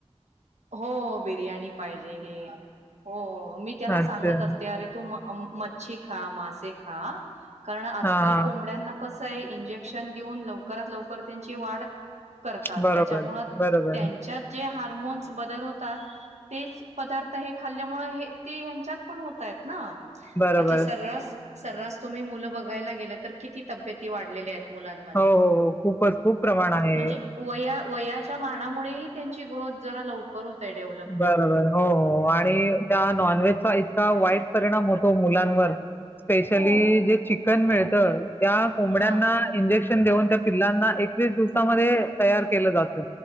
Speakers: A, on the right (about 85°); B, on the left (about 20°).
A: हो बिर्याणी पाहिजे हे. हो मी त्याला
B: अच्छा
A: सांगत असते अरे तू मच्छी खा मासे खा.. कारण आजकाल
B: हा हा
A: कोंबड्यांना कसं आहे इंजेक्शन देऊन लवकरात लवकर त्यांची वाढ. करतात
B: बरोबर
A: त्याच्यामुळ
B: बरोबर
A: त्यांच्या.. जे हार्मोन्स बदल होतात तेच पदार्थ हे. खाल्ल्यामुळे हे ते हच्यात पण होत आहेत ना
B: बरोबर
A: आ सर्रास. सर्रास तुम्ही मुलं बघायला गेलं तर किती तब्येती वाढलेल्या आहेत. मुलांमध्ये
B: हो हो हो खूपच खूप प्रमाण आहे
A: म्हणजे वया -वया च्या मानामुळे ही त्यांची ग्रोथ जरा लवकर होतय डेव्हलपमेंट.
B: बरोबर हो आणि. त्या नॉनव्हेजचा इतका वाईट परिणाम होतो मुलांवर. स्पेशली
A: हो
B: जे चिकन मिळतं. त्या कोंबड्यांना
A: हा
B: इंजेक्शन देऊन त्या पिल्लांना एकवीस दिवसामध्ये तयार केलं जातं.